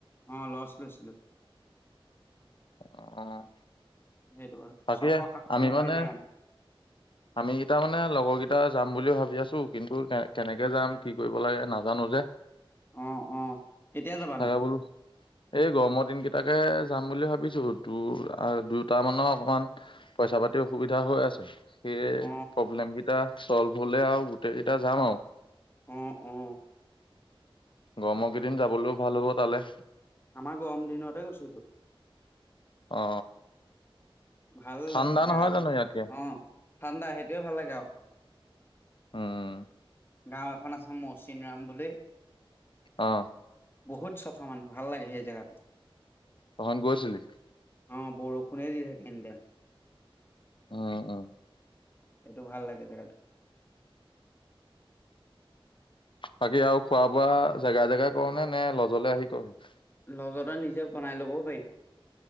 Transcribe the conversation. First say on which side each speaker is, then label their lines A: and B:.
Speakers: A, on the left; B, on the left.
A: অ লছ লৈছিলো?
B: আহ
A: সেইটো কথা।
B: বাকে
A: ছশ সাতশ
B: আমি
A: টকাই
B: মানে
A: যাম
B: আমি কেইটা মানে লগৰকেইটাৰ। যাম বুলি ভাবি আছো কিন্তু কে কেনেকে যাম কি কৰিব লাগে নাজানো যে।
A: অ অ কেতিয়া যাবানো
B: থাগা বোল এই গৰমৰ দিন কেইটাকে। যাম বুলি ভাবিছো ত আৰু দুট মানক অকমান পইচা পাতি অসুবিধা হৈ আছে সেয়ে
A: অ
B: প্ৰব্লেম কেইটা। চল ভলে আৰু গোটেই কেইতিটা যাম আৰু।
A: উম উম
B: গৰমৰ কেইদিন যাবলৈও ভাল হ'ব। তালে।
A: আমাৰ গম দিনতে গৈছিলো?
B: অ
A: ভাল
B: ঠাণ্ডা
A: জেগা
B: নহয়
A: টো
B: জানো ইয়াতকে
A: অ। ঠাণ্ডা সেইটোৱে ভাল লাগে আও।
B: উম
A: গাঁও এখন আছে মৌচিন ৰাম বুলি।
B: অ
A: বহুত চফা মানে ভাল লাগে সেই জোগাটো।
B: তহত গৈছিলি
A: অ বৰষুণে দি থাকে। Any time.
B: উম উম
A: এইটো ভাল লাগে জেগাটো।
B: বাকি আৰু খোৱা বোৱা। জেগা জেগা কৰ নে নে লজলে আহি কৰহি?
A: লজতে নিজে বনাই ল'ব পাৰি।